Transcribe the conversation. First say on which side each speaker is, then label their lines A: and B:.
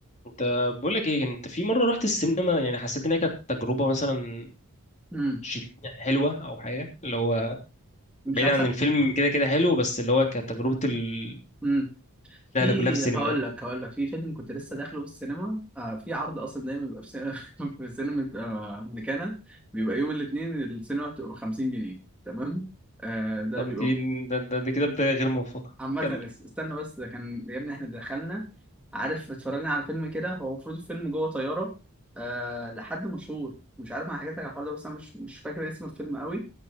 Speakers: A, on the left; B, in the centre.
A: انت بقول لك ايه انت في مره رحت السينما يعني حسيت ان هي كانت تجربه مثلا
B: امم
A: شد يعني حلوه او حاجه اللي هو
B: مش
A: بعيد
B: احسن
A: عن الفيلم كده كده حلو بس اللي هو كانت تجربه المشاهده
B: امم في
A: كلها في السينما
B: هقول
A: يعني
B: لك هقول لك في فيلم كنت لسه داخله في السينما آه في عرض اصلا دايما بيبقى في سينما <laughs> في سينما آه، امريكانا بيبقى يوم الاثنين السينما بتبقى ب 50 جنيه تمام آه ده
A: طب
B: بيبقى
A: دي ده, ده, ده كده بدايه غير موفقه
B: عامة
A: كمل
B: بس- استنى بس ده كان يا ابني احنا دخلنا عارف اتفرجنا على فيلم كده هو المفروض الفيلم جوه طيارة آه لحد مشهور مش عارف انا حكيت لك على الحوار ده بس انا مش مش فاكر اسم الفيلم قوي